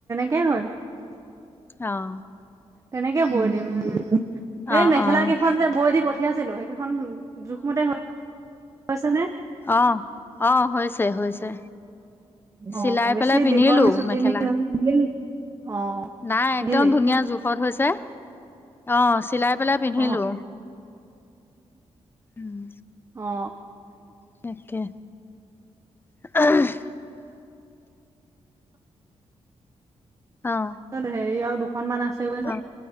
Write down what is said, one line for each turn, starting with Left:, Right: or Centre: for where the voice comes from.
Right: <unintelligible>
Left: অঁ।
Right: তেনেকে বৈ দিম উম, এই
Left: অ
Right: মেখেলা
Left: অ
Right: কেইখন যে বৈ দি পঠিয়াইছিলো সেই সেইখন জোখমতে হ হৈছেনে?
Left: অঁ, অঁ হৈছে হৈছে।
Right: অ
Left: চিলাই
Right: বেছি
Left: পেলাই পিন্ধিলো
Right: দীঘল ছুটি
Left: মেখেলা।
Right: নে কি অ
Left: নাই,
Right: পিন্ধিলি
Left: একদম ধুনীয়া জোখ ক'ত হৈছে, অঁহ। চিলাই পেলাই পিন্ধিলো।
Right: অ
Left: উম,
Right: অ
Left: তাকে। <unintelligible> অ
Right: ত সেইয় দু সন্মান আছে গৈ যে,
Left: অ